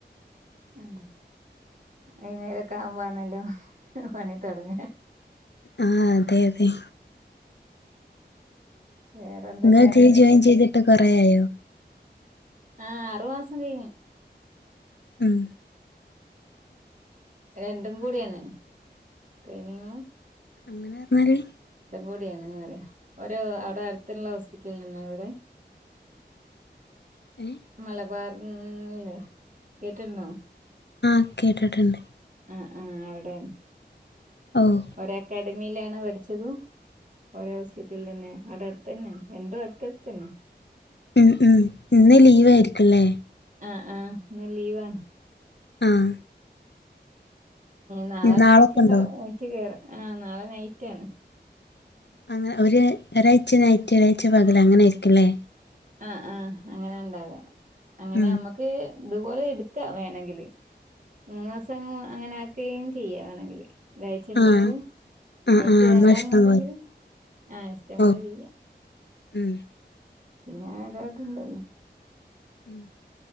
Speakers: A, on the right (about 45°); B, on the left (about 75°).
A: ഉം വൈന്നേരൊക്കാവുംബാണല്ലോ പണി തൊടങ്ങ
B: ആഹ് അതെ അതെ
A: വേറെ എന്തൊക്കെയാണ്
B: ഇങ്ങൾ ജി ജോയിൻ ചെയ്തിട്ട് കൊറേയായോ
A: ആ അറുമാസം കയ്ഞ്ഞ്
B: ഉം
A: രണ്ടും കൂടിയാണ് ട്രെയിനിങ്ങും
B: അങ്ങനെ പറഞ്ഞാല്
A: ോടിയാണ്ന്ന്റിയ ഓരോ അവിടെ അടുത്തുള്ള ഹോസ്പിറ്റലന്ന ഇവിടെ
B: <inaudible> ഏഹ്
A: മലബാറല്ലേ കേട്ടിന്നോ
B: ആഹ കേട്ടിട്ടുണ്ട്
A: ആ ആ അവിടെന്ന്
B: ഓഹ്
A: ഒ അക്കാഡമിയിലാണ് പഠിച്ചത് ഓരോ ഹോസ്പിറ്റലിൽ തന്നെ അടെ അടുത്ത് തന്നെ എണ്ടോ അടുത്തടുത്ത തന്നെ
B: ഉം ഉം ഇന്ന് ലീവ് ആയിരിക്കല്ലേ
A: ആഹ് ആഹ് എന്ന ലീവാണ്
B: ആഹ
A: നാളെ
B: നാളൊക്കെ
A: നൈറ്റ് ഇണ്ട
B: ഉണ്ടോ
A: നൈറ്റ് കേറ ആ് നാളെ നൈറ്റ് ആണ്
B: അങ്ങനെ ഒരു ഒരാഴ്ച നായിറ്റ ഒരാഴ്ച്ച പകല അങ്ങനൊയിരിക്കല്ലേ
A: ആ ആഹ അങ്ങനെ ഉണ്ടാവേ അങ്ങനെ
B: ഉം
A: നമ്മുക്ക് ഇതുപോലെ എടുക്കാ വേണെങ്കില് മൂന്ന് ദിവസം അങ്ങനെ ആക്കുകയും ചെയ്യവാണെങ്കില് ഒതാഴ്ചറള്
B: ആഹ് ആഹ്
A: ഏറ്റ്
B: ആഹ് നമ്മളെ
A: വേണ്ടന്നുണ്ടെങ്കിൽ
B: ഇഷ്ടം പോലെ
A: ആഹ ഇഷ്ടംപോലെ
B: ഓഹ്
A: ചെയ്യ
B: ഉം
A: പിന്നെ ആരത് ഇണ്ടല്ലോ
B: ഉം